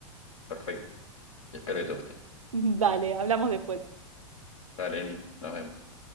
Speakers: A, on the left; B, on the right.
A: perfecto. Y espero que te guste.
B: <laughs> Dale, hablamos después.
A: Dale, Eni, nos vemos.